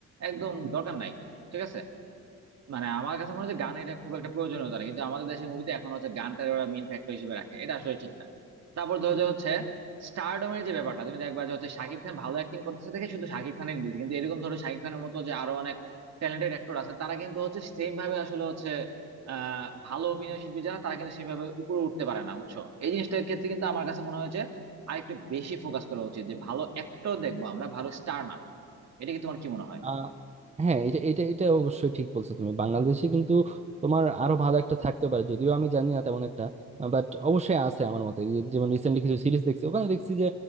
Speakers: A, on the right; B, on the right.
A: একদম দরকার নাই ঠিক আছে মানে আমার কাছে মনে হচ্ছে গান এটা খুব একটা প্রয়োজনীয়তা না কিন্তু আমাদের দেশের মুভিতে এখন হচ্ছে গানটার ওরা মেইন ফ্যাক্টর হিসেবে রাখে এটা আসলে ঠিক না তারপর ধরো যে হচ্ছে স্টারডমের যে ব্যাপারটা তুমি দেখবা যে হচ্ছে শাকিব খান ভালো অ্যাক্টিং করতেছে দেখে শুধু শাকিব খানের নিতেছে কিন্তু এরকম ধরো শাকিব খানের মতো যে আরো অনেক ট্যালেন্টেড অ্যাক্টর আছে তারা কিন্তু হচ্ছে সেম ভাবে আসলে হচ্ছে আহ ভালো অভিনয় শিল্পী যারা তারা কিন্তু সেভাবে উপরে উঠতে পারে না বুঝছো এই জিনিসটার ক্ষেত্রে কিন্তু আমার কাছে মনে হয়েছে আরেকটু বেশি ফোকাস করা উচিত যে ভালো অ্যাক্টর দেখবো আমরা ভালো স্টার না এটা কি তোমার কি মনে হয়
B: আহ হ্যাঁ এটা এটা এটা অবশ্যই ঠিক বলছো তুমি বাংলাদেশে কিন্তু তোমার আরো ভালো একটা থাকতে পারে যদিও আমি জানি না তেমন একটা বাট অবশ্যই আছে আমার মতে এই যেমন রিসেন্টলি কিছু সিরিজ দেখছি ওখানে দেখছি যে